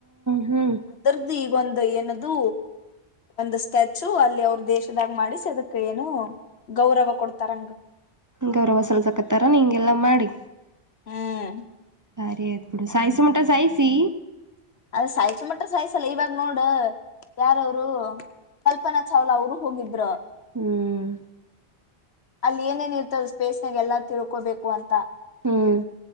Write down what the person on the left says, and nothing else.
ದು ಈಗೊಂದು ಏನದು ಒಂದು ಸ್ಟ್ಯಾಚು ಅಲ್ಲಿ ಅವ್ರ ದೇಶದಾಗ ಮಾಡಿಸಿ ಅದಕ್ಕ ಏನು ಗೌರವ ಕೊಡ್ತಾರಂಗ
ಹ್ಮ್.
ಅದ ಸಾಯಸು ಮಟ್ಟ ಸಾಯಸಲ್ಲ ಇವಾಗ ನೋಡ್ ಯಾರವರು ಕಲ್ಪನಾ ಚಾವ್ಲಾ ಅವರು ಹೋಗಿದರು
ಅಲ್ಲಿ ಏನೇನ್ ಇರ್ತದ ಸ್ಪೇಸ್ ನಾಗ ಎಲ್ಲ ತಿಳ್ಕೋಬೇಕು ಅಂತ